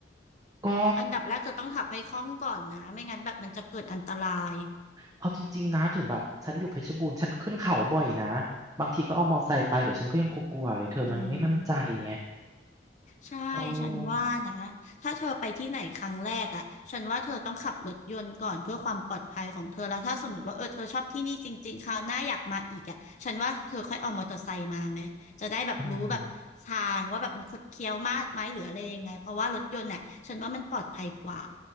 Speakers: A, on the right; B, on the left.
A: ก็
B: อันดับแรกจะต้องขับให้คล่องก่อนนะไม่งั้นแบบมันจะเกิดอันตราย
A: เอาจริงๆนะถึงแบบฉันอยู่เพชรบูรณ์ฉันขึ้นเขาบ่อยนะบางทีก็เอามอไซค์ไปเดี๋ยวฉันก็ยังกลัวๆเลยเธอมันไม่มั่นใจไง
B: อืมใช่ฉันว่านะถ้าเธอไปที่ไหนครั้งแรกอ่ะฉันว่าเธอต้องขับรถยนต์ก่อนเพื่อความปลอดภัยของเธอแล้วถ้าสมมติว่าเออเธอชอบที่นี่จริงๆคราวหน้าอยากมาอีกอ่ะฉันว่าเธอค่อยเอามอเตอร์ไซค์มาไหมจะได้แบบรู้แบบทางว่าแบบมันคดเคี้ยวมากไหมหรืออะไรยังไงเพราะว่ารถยนต์เน่ะฉันว่ามันปลอดภัยกว่า
A: เอออืม